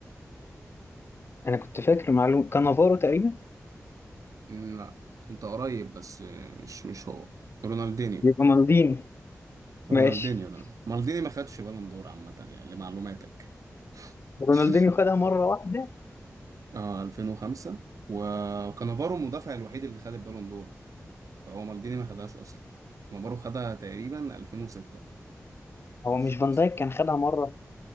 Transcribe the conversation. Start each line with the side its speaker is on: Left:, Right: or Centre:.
Left: أنا كنت فاكر معلومة كانافارو تقريبا
Right: مم، لا أنت قريب بس آه، مش مش هو رونالدينيو
Left: يبقى مالديني ماشي
Right: رونالدينيو لا مالديني ما خدش بالون دور عامة يعني لمعلوماتك
Left: رونالدينيو
Right: <laughs>
Left: خدها مرة واحدة
Right: اه 2005 وكانافارو المدافع الوحيد اللي خد البالون دور فهو مالديني ما خدهاش أصلا كانافارو خدها تقريبا 2006 مش
Left: هو مش
Right: خمسة
Left: فان دايك كان خدها مرة